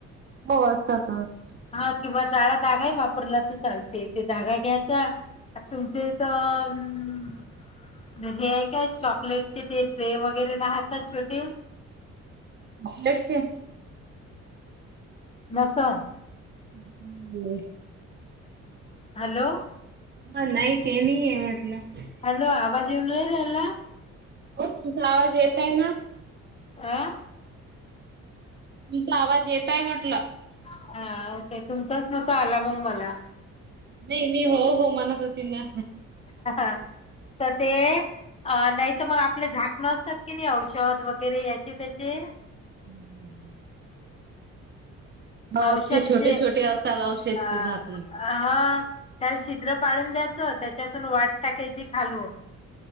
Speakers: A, on the right; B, on the left.
A: हो असतात.
B: हा किंवा जाळा धागाही वापरला तर चालते ते धागा घ्यायचा तुमच्या इथं हम्म हे आहे काय चॉकलेटचे ते ट्रे वगैरे राहता ना छोटे
A: चॉकलेटचे
B: नसर <unintelligible>
A: ह हम् हम् <unintelligible>
B: हॅलो
A: हा नाही ते नाही आहे म्हटलं
B: हॅलो आवाज येऊन नाही राहिला?
A: हो तुमचा आवाज येतय ना
B: आ
A: तिचा आवाज येतंय म्हटलं
B: हा ओके तुमचाच नव्हता आला मग मला
A: नाही मी हो हो म्हणतं होते ना
B: हा तर ते अ नाही तर मग आपले झाकणं असतात की नाही औषध वगैरे याचे त्याचे
A: हम् हम् ह हो
B: औषधचे
A: ते छोटे छोटे असतात औषधं
B: अ
A: चे झाकणे
B: हा त्याला छिद्र पाळून द्यायचं त्याच्यातून वात टाकायची खालून.